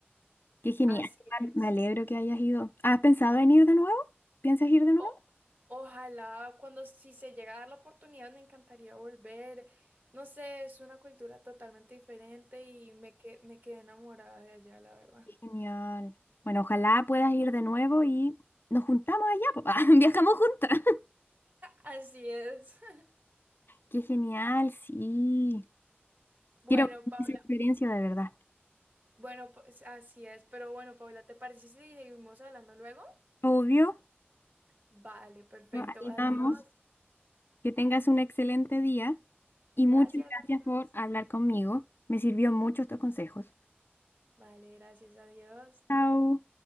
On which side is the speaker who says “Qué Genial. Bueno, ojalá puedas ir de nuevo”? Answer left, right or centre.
Left